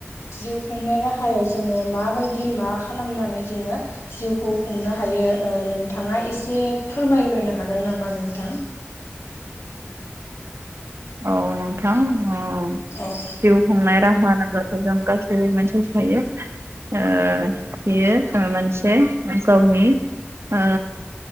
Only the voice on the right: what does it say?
औ नोंथां औ
जिउ खुंनाय राहा होनोब्ला जों गासैबो मोनथि‌ खायो ओ बियो ओ मोनसे गावनि ओ